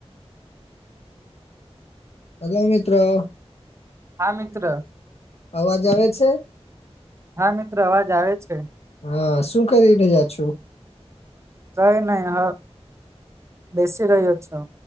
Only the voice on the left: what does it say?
હલો મિત્રો
અવાજ આવે છે.
હા શું કરીને રહ્યા છો